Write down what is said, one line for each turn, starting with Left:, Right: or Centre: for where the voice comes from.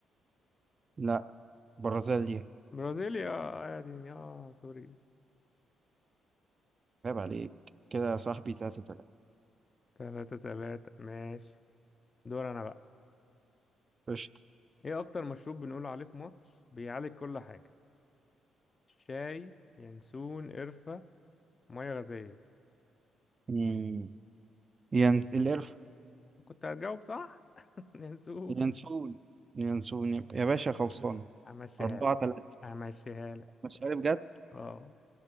Right: لا برازيليا
Left: برازيليا اه يا دنيا اه سوري
Right: عيب عليك كده يا صاحبي تلاتة تلاتة
Left: تلاتة تلاتة ماشي دور انا بقى
Right: قشطة
Left: ايه اكتر مشروب بنقول عليه في مصر بيعالج كل حاجة شاي ينسون قرفة مية غازية
Right: مم. ين... القرف
Left: كنت هتجاوب صح <laughs> ينسون
Right: ينسون ينسون يا باشا خلصان
Left: امشيها
Right: أربعة
Left: لك
Right: تلاتة
Left: امشيها لك
Right: مش عارف بجد
Left: اه